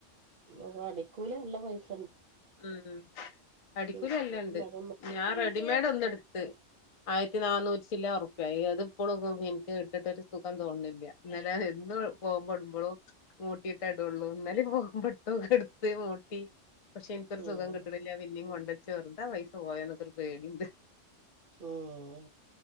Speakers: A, on the right (about 55°); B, on the left (about 60°).
A: അപ്പൊ അടിക്കൂല് നല്ല പൈസ
B: മ്മ് അടിക്കൂലി
A: പിന്നെ
B: നല്ലാംണ്ട്
A: അതൊന്നും
B: ഞാൻ റെഡി മെയ്ഡ് ഒന്നെടുത്ത് ആയിരത്തി നന്നൂറ്റി ചില്ല ഉറുപ്യയായി ഇതിപ്പോഴും എനിക്ക് ഇട്ടിട്ടരു സുഖം തോന്നില്ല ഇന്നലെ എന്ന് പോകുമ്പടുമ്പോഴും മൂട്ടിയിട്ട ഇടുള്ളൂ എന്നാലേ പോകൻ പെട്ടോ എടുത്ത് മൂട്ടി പക്ഷെ എനിക്കൊരു
A: ഉം
B: സുഖം കിട്ടണില്ല അവ ഇന്നും കൊണ്ട് വെച്ച് വെറുതാ പൈസ പോയന്നൊക്കെരു പേടിയുണ്ട്
A: മ്മ്